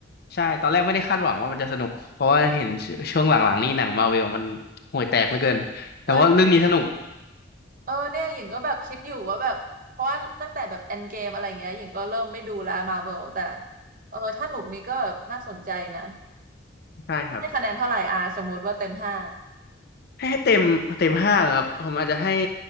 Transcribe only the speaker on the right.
เออเออเนี่ยหญิงก็แบบคิดอยู่ว่าแบบเพราะว่าตั้งแต่แบบ e n d g a m e อะไรเงี้ยหญิงก็เริ่มไม่ดูแล้วมาเวลแต่เออถ้าหนุกนี้ก็แบบน่าสนใจนะ
ให้คะแนนเท่าไหร่อาสมมติว่าเต็มห้า